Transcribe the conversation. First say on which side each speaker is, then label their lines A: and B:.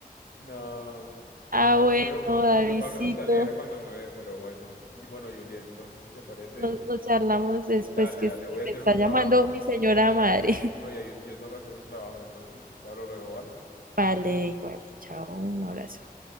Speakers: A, on the left (about 85°); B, on the right (about 60°).
A: no. Bueno,
B: Ah,
A: los
B: bueno,
A: míos,
B: Davidcito,
A: mi papá al menos se alegra cuando me ve, pero bueno. Y- Bueno, Julia, entonces si te parece,
B: nos, nos charlamos después
A: dale,
B: que
A: dale,
B: es que
A: voy a hacer
B: me está
A: un trabajo.
B: llamando mi señora madre.
A: No, ya, yo, yo tengo que hacer un trabajo, entonces te hablo luego, ¿vale?
B: <laughs> Vale, igual, chao, un abrazo.